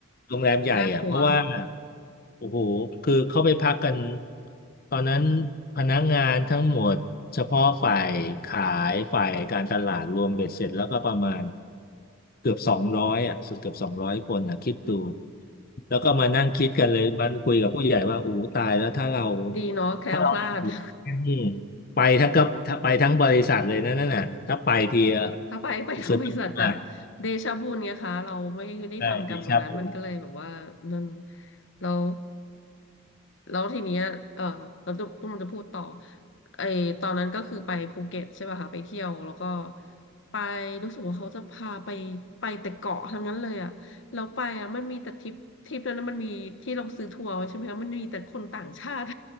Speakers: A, on the left (about 45°); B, on the left (about 60°).
A: โรงแรมใหญ่อ่ะเพราะว่า
B: น่ากลัว
A: โอ้โหคือเข้าไปพักกันตอนนั้นพนักงานทั้งหมดเฉพาะฝ่ายขายฝ่ายการตลาดรวมเบ็ดเสร็จแล้วก็ประมาณเกือบสองร้อยอ่ะสุดเกือบสองร้อยคนอ่ะคิดดูแล้วก็มานั่งคิดกันเลยมันคุยกับผู้ใหญ่ว่าโอ้ตายแล้วถ้าเรา
B: ดีเนาะแคล้วคลาด
A: ถ้าเราอยู่ที่นี่
B: <laughs>
A: ไปทั้งกับถ้าไปทั้งบริษัทเลยนะนั่นน่ะถ้าไปทีอะ
B: ถ้าไปไปทางบริษัทจะ
A: สุดมาก
B: เดชะบุญไงคะเราไม่ได้ทำกรรมตรงนั้นมันก็เลยแบบว่านั่น
A: ใช่ดีชาบู
B: แล้วแล้วทีเนี้ยเออเราตุ้มจะพูดต่อไอตอนนั้นก็คือไปภูเก็ตใช่ป่ะคะไปเที่ยวแล้วก็ไปรู้สึกว่าเขาจะพาไปไปแต่เกาะทั้งนั้นเลยอะ เราไปอ่ะมันมีแต่ทริปทริปนั้นนะมันมีที่เราซื้อทัวร์ไว้ใช่ไหมคะมันมีแต่คนต่างชาติ